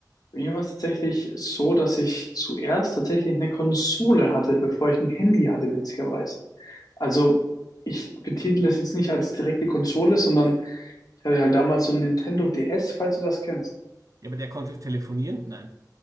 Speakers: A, on the left; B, on the right.
A: bei mir war es tatsächlich so, dass ich zuerst tatsächlich eine Konsole hatte, bevor ich ein Handy hatte, witzigerweise. Also, ich betitel das jetzt nicht als direkte Konsole, sondern ich hatte halt damals so ein Nintendo DS, falls du das kennst.
B: Ja, aber der konnte telefonieren? Nein.